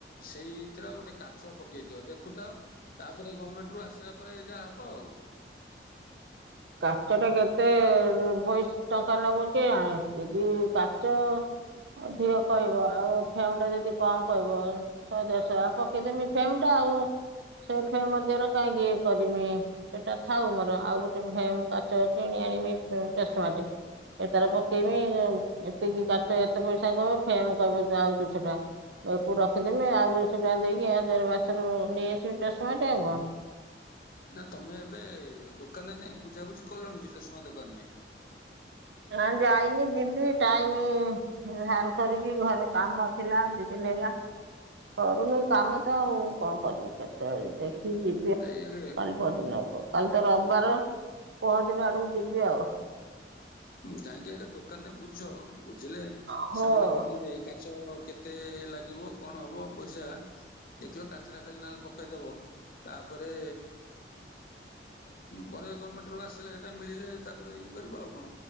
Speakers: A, on the left (about 55°); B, on the right (about 80°).
A: ସେଇଥିର ଗୋଟେ କା ଚ ପକେଇ ଦି, ଦେଖୁଥାଉ ତାପରେ ଗମେଣ୍ଟରୁୁ ଆସିଲା ପରେ ଯାହା ହବ ଆଉ।
B: କାଚ ଟା କେତେ ପଇସ୍ ଟଙ୍କା ନବ କେଜାଣି ଯଦି କାଚ ଅଧିକ କହିବ ଆଉ ଫେମ ଟା ଯଦି କମ୍ କହିବ ଶହେ ଦେଶହ ପକେଇଦେମି ଫେମ ଟା। ଆଉ ସେ ଫେମ୍ ମଧ୍ୟରେ କାହିଁକି ଇ କରିମି ସେଟା ଥାଉ ମୋର ଆଉ ଗୋଟେ କାଚ କିଣି ଆଣିବି ଚଷମାଟି। ଏ ତାର ପକେଇବି ଏତିକି କାଚ ଏତେ ପଇସା କହିବ ଫେମ କହିବ ଆଉ ଦୁଇଶ ଟଙ୍କା। ଏକୁ ରଖିଦେମି ଆଉ ଦୁଇଶହ ଟଙ୍କା ଦେଇକି ଆଉ <unintelligible> ନେଇଆସିବି ଚଷମା ଟି ଆଉ କଣ।
A: ନା ତମେ ଏବେ ଦୋକାନରେ ଯାଇ ବୁଝାବୁଝି କଲଣି କି ଚଷମା ଦୋକାନରେ।
B: ନା ଯାଇନି ଯିବି ଟାଇମ ବାହାର କରିବି ଘରେ କାମ ଥିଲା ଦି ଦିନି ହେଲା ସରୁନି କାମ ତ ଆଉ କଣ କରମି କେତେବେଳେ ଦେ ଯିବି
A: ଯାଇ ଆଗେ
B: କାଲି ପରଦିନ ଆଡ଼କୁ। କାଲି ତ ରବିବାର ପହର ଦିନ ଆଡକୁ ଯିବି ଆଉ।
A: ଜାଇକି ଆଗ ଦୋକାନରେ ବୁ ବୁଝ ବୁଝିଲେ
B: ହଁ।
A: ସେମାନେ କହିବେ କାଚ କେତେ ଲାଗି ଗିବ କଣ ହବ ପଇସା ଦେଖିବ କାଚଟା ଖାଲି ନହେଲେ ପକେଇଦବ। ତାପରେ ପରେ ଗମେଣ୍ଟରୁ ଆସିଲେ ସେଇଟା ମିଳିଲେ ତାପରେ ଇଏ କରିବ ଆଉ କଣ।